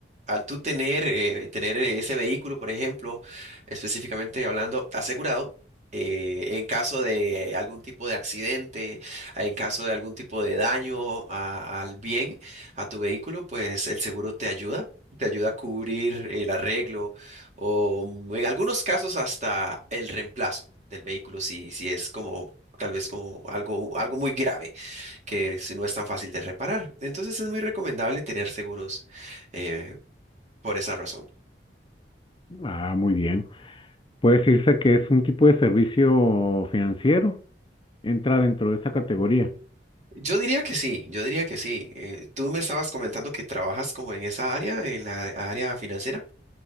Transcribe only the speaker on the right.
al tú tener, eh, tener ese vehículo, por ejemplo, específicamente hablando, asegurado, eh, en caso de algún tipo de accidente, en caso de algún tipo de daño a- al bien, a tu vehículo, pues el seguro te ayuda, te ayuda a cubrir el arreglo o mm, en algunos casos hasta el reemplazo del vehículo si, si es como tal vez como algo, algo muy grave que si no es tan fácil de reparar. Entonces es muy recomendable tener seguros eh, por esa razón.
Yo diría que sí, yo diría que sí. Eh, tú me estabas comentando que trabajas como en esa área, en la área financiera.